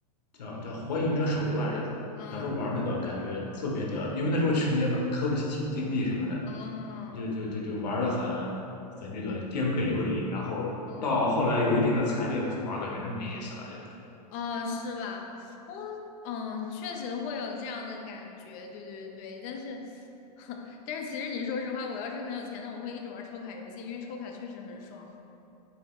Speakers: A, on the left; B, on the left.
A: 叫叫《火影者手游》还是叫什么？
B: 嗯，
A: 小时候玩那个感觉特别的，因为那时候穷也买磕不起金币什么的，
B: 哦，
A: 就就就就玩的很很这个颠沛流离。然后到后来有一定的财力了去玩，
B: 哦。
A: 感觉真没意思了就，
B: 哦，是吧？我嗯，确实会有这样的感觉，对对对。但是，<laughs> 但是其实你说实话，我要是很有钱，那我会一直玩抽卡游戏，因为抽卡确实很爽。